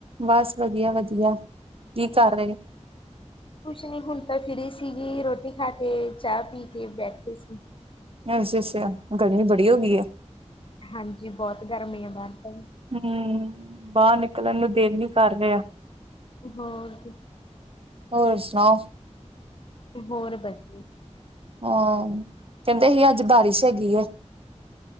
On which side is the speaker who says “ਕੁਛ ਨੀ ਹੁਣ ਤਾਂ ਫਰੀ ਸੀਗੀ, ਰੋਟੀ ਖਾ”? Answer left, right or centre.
Left